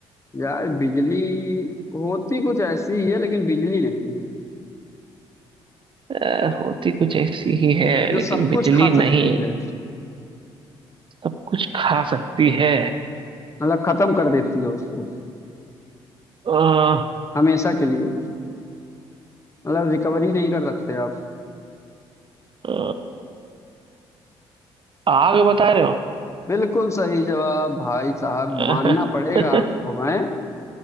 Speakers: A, on the left; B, on the right.
A: यार बिजली होती कुछ ऐसी ही है लेकिन बिजली नहीं है
B: अ, होती कुछ ऐसी ही है
A: जो
B: लेकिन
A: सब
B: बिजली
A: कुछ खा
B: नहीं
A: सकती है
B: सब कुछ खा सकती है
A: मतलब खत्म कर देती है उसको
B: अ,
A: हमेशा के लिए मतलब रिकवरी नहीं कर सकते आप
B: अ, आग बता रहे हो
A: बिल्कुल सही जवाब भाई साहब
B: <laughs>
A: मानना पड़ेगा आपको है